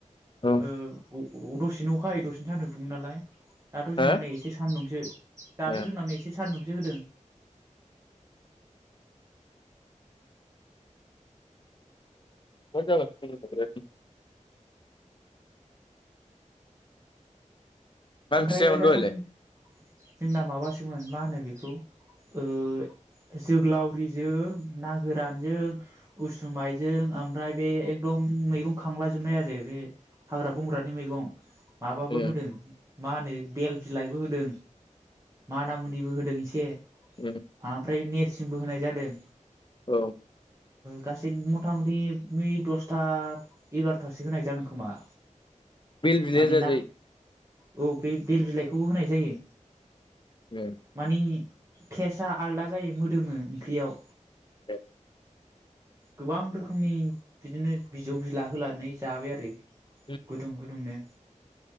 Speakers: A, on the left; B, on the right.
A: औ
B: ओ दसे अखा हायो दसेनो सान्दुं दुंओ नालाय। दाथ'
A: हो
B: जोंनाव नै एसे सान्दुं <unintelligible> दाथ'
A: ए
B: जोंनाव नै एसे सान्दुं होदों
A: <unintelligible> मा ओंख्रि
B: आमफ्रायो
A: जायामोन
B: दासान्दि
A: दहायलाय
B: जोंना माबासोमोन मा होनो बेखौ ओ जोग्लावरिजों ना गोरानजों उसुमाइजों ओमफ्राय बे एकदम मैगं खांलाजोबनाय आरो बे हाग्रा-बंग्रानि मैगं। माबाबो
A: ए
B: होदों मा होनो बेल बिलाइबो होदों मानामुनिबो होदों एसे
A: ए
B: ओमफ्राय नेरसिंबो होनाय जादों।
A: औ।
B: गासै मथा मथि नै दसथा एगार'थासो होनाय जादों खोमा।
A: बेल बिलाया
B: मानि
A: जाजायो?
B: ना औ बे बेल बिलाइखौबो होनाय जायो।
A: ए
B: मानि टेसआ आलदा जायो मोदोमो ओंख्रियाव।
A: <unintelligible>
B: गोबां रोखोमनि बिदिनो बिजौ बिजला होनानै जाबाय आरो।
A: ए
B: गुदुं गुदुंनो